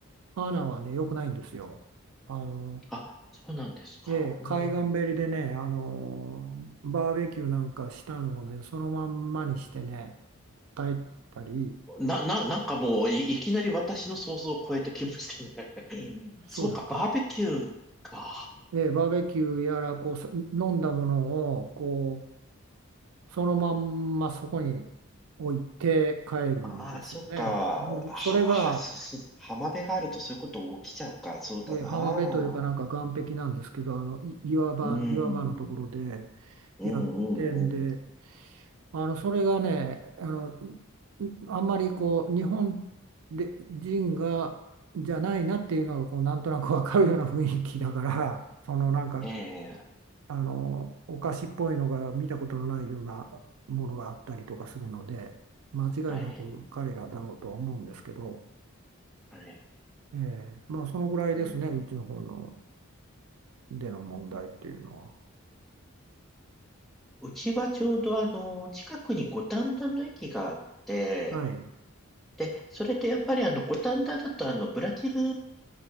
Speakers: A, on the right (about 85°); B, in the centre.
A: マナーはね良くないんですよ。あの
B: あ、そうなんですか。
A: ええ、
B: うん。
A: 海岸べりでね、あのバーベキューなんかしたのをね、そのまんまにしてね、帰ったり、
B: な、な、なんかもうい、いきなり私の想像を超えてきましたね。<laughs> そうか、
A: そうですか、
B: バーベキューか。
A: ええ、バーベキューやらこう、さ飲んだものをこうそのまんまそこに置いて帰るんですよね。
B: ああ、そうか。は、
A: もうそれが、
B: は、す、す、浜辺があるとそういうこと起きちゃうか。そうだな。
A: ええ、浜辺というか、なんか岸壁なんですけど、あのい岩場、
B: うーん。
A: 岩場のところで
B: うん、
A: やってんで、
B: うん、うん。
A: あのそれがねあのあんまりこう日本で人がじゃないなっていうのがこうなんとなくわかるような雰囲気だから <laughs> そのなんか
B: ええ、
A: あのお菓子っぽいのが見たことのないようなものがあったりとかするので間違いなく彼らだろうとは思うんですけど、
B: はい、はい。
A: ええまあそのぐらいですねうちの方の
B: うん。
A: での問題っていうの
B: うちはちょうどあの、近くに五反田の駅があって、
A: は。はい、
B: で、それでやっぱりあの、五反田だとあの、ブラジル